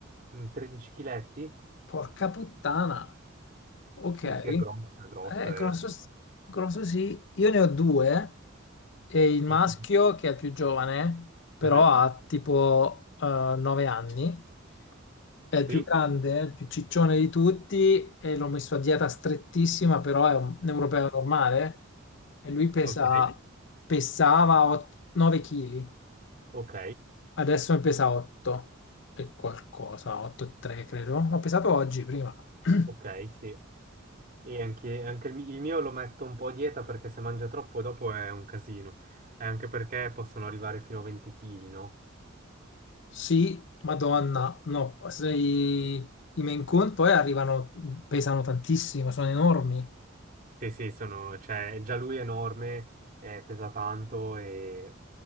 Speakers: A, on the right; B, on the left.
A: un 13 chiletti.
B: Porca puttana. Ok,
A: Sì,
B: eh,
A: sì, è grosso, è grosso. È...
B: grosso, s- grosso sì, io ne ho due e il maschio
A: Ok.
B: che è più giovane, però
A: Mhm.
B: ha tipo eh, 9 anni, è il più
A: Sì,
B: grande, il più ciccione di tutti e l'ho messo a dieta strettissima, però è un, un europeo normale e lui pesa,
A: ok,
B: pesava 9 kg,
A: ok,
B: adesso ne pesa 8 e qualcosa, 8,3 credo, l'ho pesato oggi prima. <clears throat>
A: ok, sì. E anche, anche il, mi- il mio lo metto un po' a dieta perché se mangia troppo dopo è un casino. E anche perché possono arrivare fino a 20 kg, no?
B: Sì, Madonna, no, se i, i Maine Coon poi arrivano, pesano tantissimo, sono enormi.
A: Sì, sì, sono, cioè, già lui è enorme, eh, pesa tanto e,